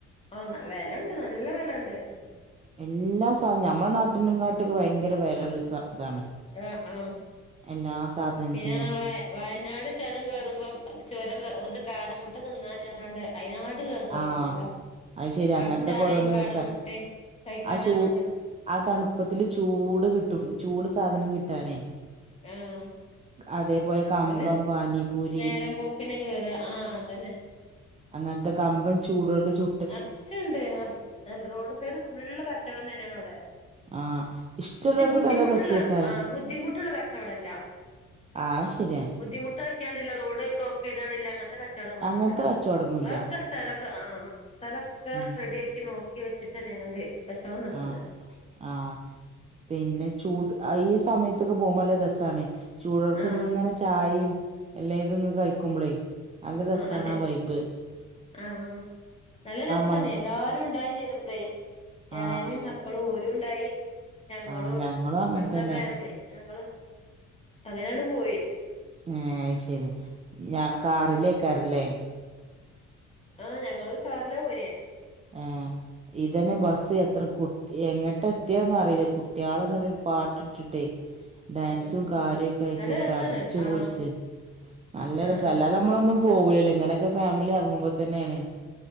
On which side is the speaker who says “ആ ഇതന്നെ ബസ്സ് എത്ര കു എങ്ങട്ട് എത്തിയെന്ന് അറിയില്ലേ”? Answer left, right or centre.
Right